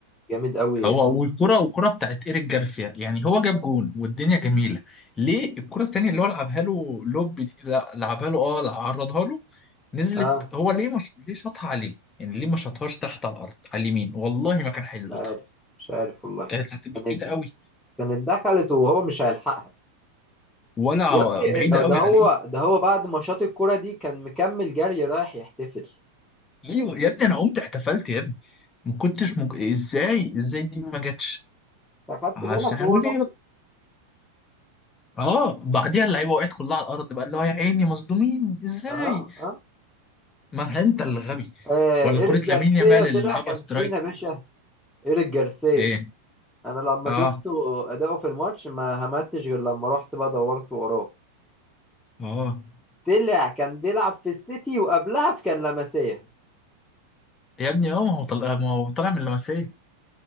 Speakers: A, in the centre; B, on the left.
A: جامد قوي
B: هو
A: سومر
B: والكرة والكرة بتاعت إيريك جارسيا يعني هو جاب جون والدنيا جميلة ليه الكرة التانية اللي هو لعبها له لوب دي لا، لعبها له اه عرضها له نزلت
A: اه
B: هو ليه مش ليه شاطها عليه يعني ليه ما شاطهاش تحت على الأرض على اليمين والله ما كان هيلقطها
A: مش عارف مش عارف والله
B: كانت هتبقى
A: يعني
B: بعيدة قوي
A: كانت دخلت وهو مش هيلحقها
B: ولا ع-
A: يا
B: بعيدة
A: ابني آه، ده
B: قوي
A: هو
B: عليه
A: ده هو بعد ماتشات الكرة دي كان مكمل جري رايح يحتفل
B: ليه يا ابني أنا قمت احتفلت يا ابني ما كنتش مج... إزاي إزاي دي ما جاتش
A: أخدت
B: عشان
A: بالك
B: هنقول
A: وهو راح
B: ايه بقى اه بعديها اللعيبه وقعت كلها على الارض بقى اللي هو يا عيني مصدومين ازاي
A: آه آه
B: ما انت اللي غبي
A: آه،
B: ولا
A: إيريك
B: كرة
A: جارسيا
B: لامين يامال
A: طلع
B: اللي لعبها
A: كان
B: سترايك
A: فينا يا باشا إيريك جارسيا
B: ايه
A: أنا لما
B: اه
A: شفته أداؤه في الماتش ما همتش غير لما رحت بقى دورت وراه
B: اه
A: طلع كان بيلعب في السيتي وقبلها في كان لمسية
B: يا ابني اه ما هو طلع ما هو طالع من لمسيه